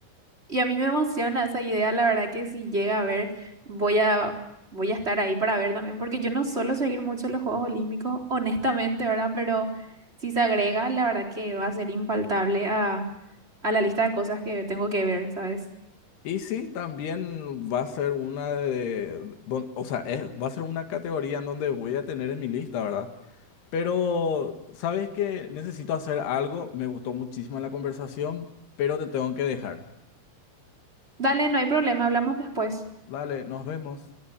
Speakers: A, on the right (about 15°); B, on the left (about 85°).
A: Y a mí me emociona esa idea, la verdad que si llega a ver, voy a, voy a estar ahí para ver también, porque yo no suelo seguir mucho los Juegos Olímpicos, honestamente, ¿verdad? Pero si se agrega, la verdad que va a ser infaltable a, a la lista de cosas que tengo que ver, ¿sabes?
B: Y sí, también va a ser una de, don- o sea, es- va a ser una categoría en donde voy a tener en mi lista, ¿verdad? Pero, ¿sabes qué? Necesito hacer algo. Me gustó muchísimo la conversación, pero te tengo que dejar.
A: Dale, no hay problema, hablamos después.
B: Dale, nos vemos.